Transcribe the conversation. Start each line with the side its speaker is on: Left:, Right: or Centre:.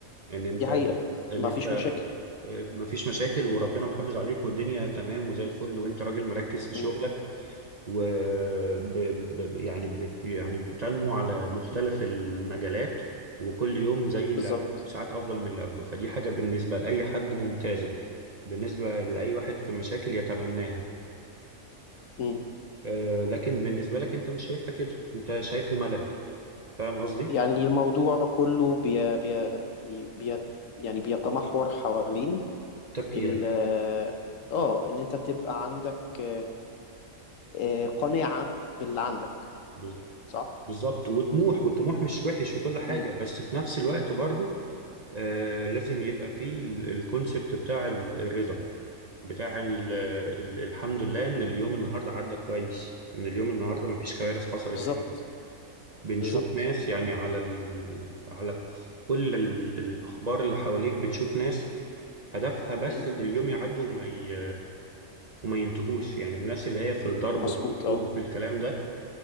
Right: ان انت
Left: دي حقيقة
Right: ان
Left: ما
Right: انت
Left: فيش مشاكل
Right: آه، مفيش مشاكل وربنا محافظ عليك والدنيا تمام وزي الفل وانت راجل مركز في شغلك
Left: مم.
Right: و ب... ب... يعني بت... يعني بتنمو على مختلف المجالات وكل يوم زي
Left: بالظبط
Right: اللي قبله ساعات افضل من اللي قبله فدي حاجه بالنسبه لاي حد ممتازه بالنسبه لاي واحد في مشاكل يتمناها
Left: مم.
Right: آه، لكن بالنسبة لك انت مش شايفها كده انت شايفه ملل فاهم قصدي
Left: يعني الموضوع كله بي بي بي بي يعني بيتمحور حوالين
Right: تفكيرك
Left: ال اه ان انت تبقى عندك آه، آه، قناعة باللي عندك
Right: بز-
Left: صح؟
Right: بالظبط وطموح والطموح مش وحش وكل حاجة
Left: مم.
Right: بس في نفس الوقت برضو آه، لازم يبقى فيه الكونسبت بتاع ال- الرضا بتاع ال- ال- الحمد لله ان اليوم النهاردة عدى كويس ان اليوم النهاردة مفيش كوارث حصلت
Left: بالظبط
Right: فيه بنشوف
Left: بالظبط
Right: ناس يعني على ال... على كل ال- الأخبار اللي حواليك بتشوف ناس هدفها بس
Left: مم.
Right: ان اليوم يعدي وما ي... وما ينتهوش يعني الناس اللي هي في الضرب
Left: مظبوط
Right: وفي الحروب
Left: اه
Right: وفي الكلام ده